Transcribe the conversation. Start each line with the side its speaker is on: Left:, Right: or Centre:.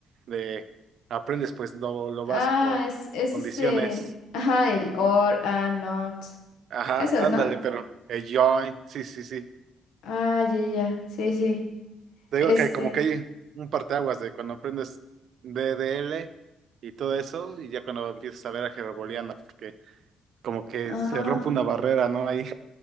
Right: de aprendes pues lo, lo
Left: Ah,
Right: básico,
Left: es, es
Right: condiciones,
Left: este, ajá, el or, and, not.
Right: ajá,
Left: Esos,
Right: ándale,
Left: ¿no?
Right: pero el join, sí, sí, sí.
Left: Ah, ya, ya, ya. sí, sí.
Right: Te digo
Left: Este,
Right: que como que hay un parteaguas de cuando aprendes DDL y todo eso, y ya cuando empiezas a ver álgebra booleana, porque como que
Left: ah.
Right: se rompe una barrera, ¿no? Ahí.